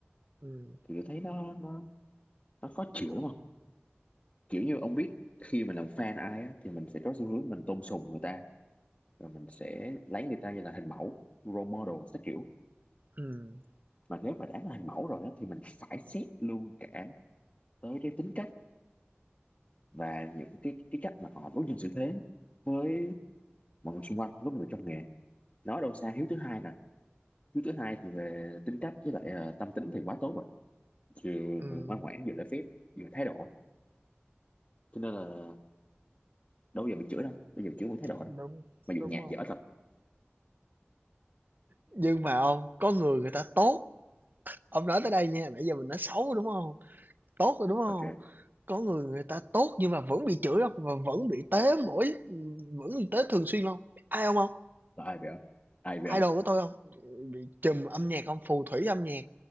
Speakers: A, on the right; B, on the left.
A: ừm,
B: thì tôi thấy nó nó nó khó chịu lắm không kiểu như ông biết khi mà làm fan ai á, thì mình sẽ có xu hướng mình tôn sùng người ta rồi mình sẽ lấy người ta như là hình mẫu role model các kiểu
A: ừm,
B: mà nếu mà đã là hình mẫu rồi á, thì mình phải xét luôn cả tới cái tính cách và những cái cái cách mà họ đối nhân xử thế với mọi người xung quanh với mọi người trong nghề nói đâu xa hiếu thứ hai nè hiếu thứ hai thì về tính cách với lại ờ, tâm tính thì quá tốt rồi vừa
A: ừm,
B: ngoan ngoãn vừa lễ phép vừa thái độ cho nên là đâu bao giờ bị chửi đâu bây giờ chửi với thái độ
A: đúng,
B: đâu mà dù
A: đúng
B: nhạc
A: không?
B: dở thật
A: Nhưng mà ông, có người người ta tốt, ông nói tới đây nha, nãy giờ mình nói xấu, đúng không? Tốt rồi, đúng không
B: ok
A: Có người người ta tốt nhưng mà vẫn bị chửi không Và vẫn bị tế mỗi vẫn bị tế thường xuyên hông? Ai không hông?
B: là ai vậy không? ai vậy không?
A: Idol của tôi không Bị trùm âm nhạc không Phù thủy âm nhạc,